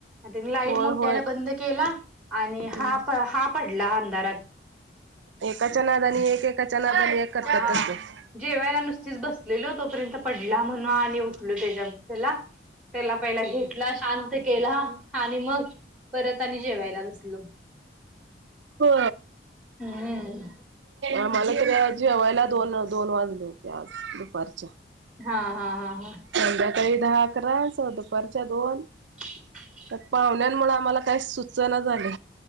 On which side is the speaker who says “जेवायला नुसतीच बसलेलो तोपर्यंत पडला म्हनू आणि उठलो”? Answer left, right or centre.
Centre